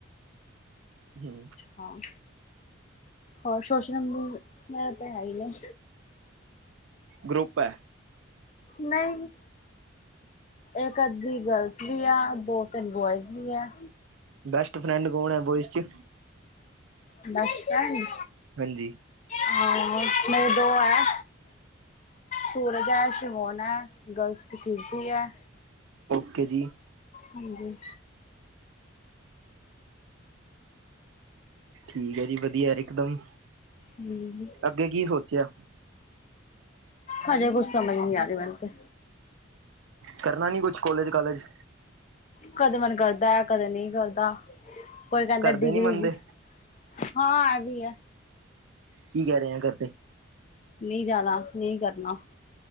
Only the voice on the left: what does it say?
ਹਾਂ, ਹੋਰ ਸੋਚਣਾ ਪਊ ਮੈਂ ਤਾਂ ਹੈ ਈ ਨੀ।
ਨਹੀਂ ਇੱਕ ਅੱਧੀ ਗਰਲਜ਼ ਵੀ ਆ ਦੋ ਦੋ -ਤਿੰਨ ਬੋਆਇਜ਼ ਵੀ ਆ।
ਬੱਸ ਸਟੈਂਡ।
ਹਾਂ ਮੇਰੇ ਦੋ ਆ। ਸੂਰਜ ਆ, ਸ਼ਿਮੋਣਾ ਗਰਲਜ਼ ਕੀਰਤੀ ਆ।
ਹਾਂਜੀ।
ਹੂੰ -ਹੂੰ।
ਹਜੇ ਕੁੱਛ ਸਮਝ ਨੀ ਆ ਰਹੀ ਮੈਨੂੰ ਤੇ।
ਕਦੇ ਮਨ ਕਰਦਾ, ਕਦੇ ਨਹੀਂ ਕਰਦਾ ਕੋਈ ਕਹਿੰਦਾ
ਡਿਗਰੀ
ਜ ਹਾਂ, ਐ ਵੀ ਆ।
ਨਹੀਂ ਜਾਣਾ, ਨਹੀਂ ਕਰਨਾ।